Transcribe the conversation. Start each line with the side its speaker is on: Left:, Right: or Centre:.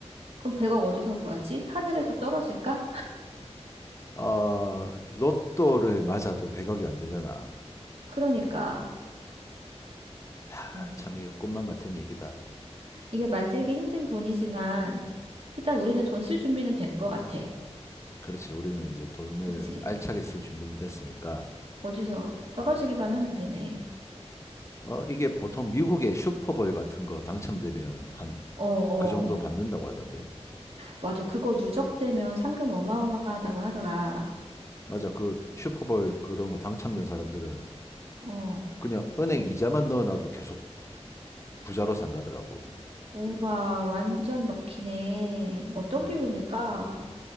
Right: 그럼 100억 어디서 구하지? 하늘에서 떨어질까?
Left: 어, 로또를 맞아도 100억이 안 되잖아.
Right: 그러니까.
Left: 하,
Right: 어.
Left: 참 이거 꿈만 같은 얘기다.
Right: 이게 만들기 힘든 돈이지만, 일단 우리는 돈 쓸 준비는 된 것 같아.
Left: 그렇지. 우리는 이제 돈을
Right: 그치?
Left: 알차게 쓸 준비는 됐으니까.
Right: 어디서
Left: 어,
Right: 떨어지기만 하면 되네.
Left: 어 이게 보통 미국의 슈퍼볼 같은 거 당첨되면 한
Right: 어, 어.
Left: 그 정도 받는다고 하던데.
Right: 맞아. 그거 누적되면 상금 어마어마하다고 하더라.
Left: 맞아. 그 슈퍼볼 그런 거 당첨된 사람들은
Right: 어.
Left: 그냥 은행 이자만 넣어놔도 계속 부자로 산다더라고.
Right: 우와, 완전 럭키네. 어떤
Left: 예,
Right: 기분일까?